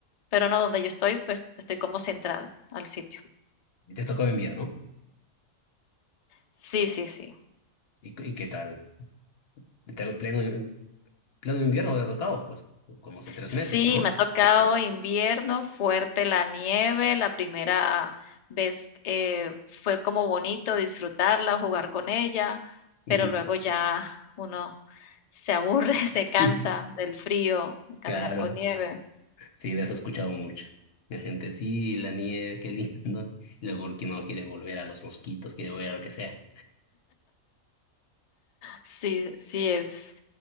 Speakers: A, on the left; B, on the left.
A: Pero no, donde yo estoy, pues estoy como central al sitio.
B: Y te tocó enviar, ¿no?
A: Sí, sí, sí.
B: ¿Y, y qué tal? ¿Te, pleno, pleno invierno te ha tocado, pues, como hace tres
A: Sí,
B: meses, ¿no?
A: me ha tocado invierno, fuerte la nieve. La primera vez eh, fue como bonito disfrutarla, jugar con ella,
B: Ujú.
A: pero luego ya uno se aburre, <laughs>
B: <laughs>
A: se cansa del frío, caminar
B: Claro,
A: con nieve.
B: sí, de eso he escuchado mucho. La gente, sí, la nieve, qué lindo. Y luego que no quiere volver a los mosquitos, quiere volver a lo que sea.
A: Sí, sí, es,